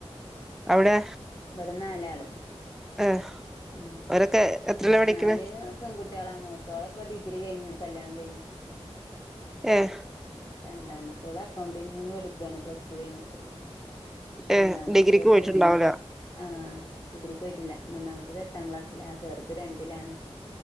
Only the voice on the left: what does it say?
ഇബടെ നാലാള്
ഉം
നാല് പെൺകുട്ടികളാ മൂ ത്തോളെ ഇപ്പ ഡിഗ്രി കയ്ഞ്ഞു കല്യാണം കയ്ഞ്ഞു
രണ്ടാമത്തോള് അക്കൗണ്ടിങ്ങിന് പഠിക്കാണ് പ്ലസ ടു കയ്ഞ്ഞിട്ട് മൂന്നാമത്തത്
ആ ഡിഗ്രിക്ക് പോയിട്ടില്ല മൂന്നാമത്തത് എട്ടാം ക്ലാസ്സിലാ ചെർത് രണ്ടിലാണ്